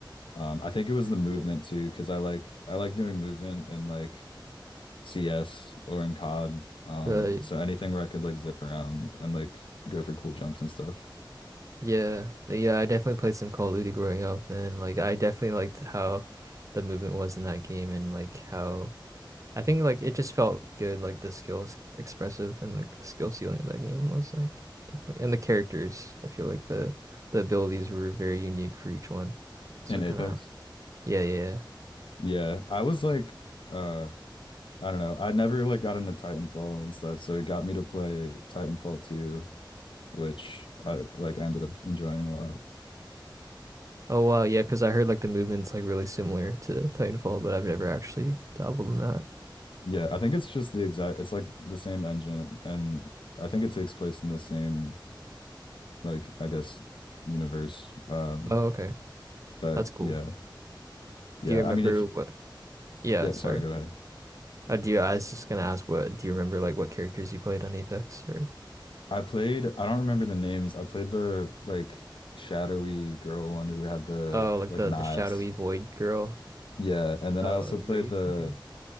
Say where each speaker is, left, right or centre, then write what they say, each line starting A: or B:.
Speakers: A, on the left; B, on the right.
A: Um, I think it was the movement
B: Mhm.
A: too, because I like I like doing movement in like CS or in COD. Um,
B: uh,
A: so anything where I could like zip around and like go for cool jumps and stuff.
B: Yeah, like, yeah, I definitely played some Call of Duty growing up, and like I definitely liked how the movement was in that game, and like how I think like it just felt good, like the skills expressive and like the skill ceiling of that game was like definitely, and the characters. I feel like the the abilities were very unique for each one, so
A: In Apex.
B: kind of yeah, yeah. yeah.
A: Yeah. I was like uh I don't know. I never like got into Titanfall and stuff, so it got me to play Titanfall 2, which I like I ended up enjoying a lot.
B: Oh wow, yeah, because I heard like the movement's like really similar to Titanfall, but I've never actually dabbled in that.
A: Yeah, I think it's just the exact it's like the same engine and I think it takes place in the same like I guess universe. Um
B: Oh okay,
A: But
B: that's cool.
A: yeah, yeah.
B: Do you remember
A: I mean, if
B: what? Yeah,
A: yeah,
B: sorry.
A: sorry, go ahead.
B: Oh, do you? I was just gonna ask, what do you remember, like what characters you played on Apex, or
A: I played. I don't remember the names. I played the like shadowy girl one who had the
B: oh, like
A: like
B: the
A: knives.
B: the shadowy void girl,
A: Yeah, and then
B: uh,
A: I also
B: like
A: played
B: Wraith,
A: the
B: I think.